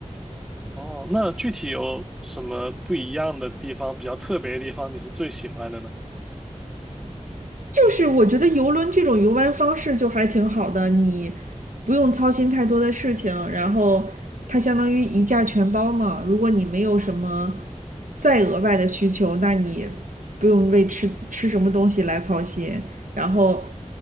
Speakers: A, in the centre; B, on the right (about 90°).
A: 哦，那具体有什么不一样的地方，比较特别的地方，你是最喜欢的呢？
B: 就是我觉得游轮这种游玩方式就还挺好的，你不用操心太多的事情，然后它相当于一价全包嘛。如果你没有什么再额外的需求，那你不用为吃吃什么东西来操心。然后，